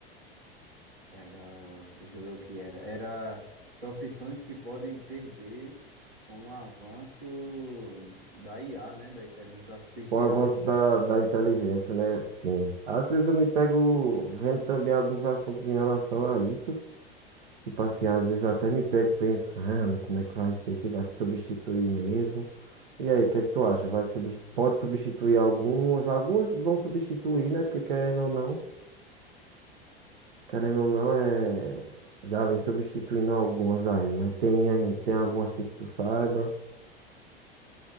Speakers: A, on the right (about 85°); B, on the right (about 65°).
A: era, deixa eu ver o que era. Era profissões que podem perder com o avanço da IA, né? Da inteligência artificial.
B: Com o avanço da, da inteligência, né? Sim. Às vezes eu me pego vendo também alguns assuntos em relação a isso. Tipo assim, às vezes eu até me pego pensando como é que vai ser, se vai se substituir mesmo. E aí, o que é que tu acha? Vai substi- pode substituir algumas, algumas vão substituir, né? Porque querendo ou não, querendo ou não, é... já vem substituindo algumas aí, mas tem, aí- tem algumas assim que tu saiba.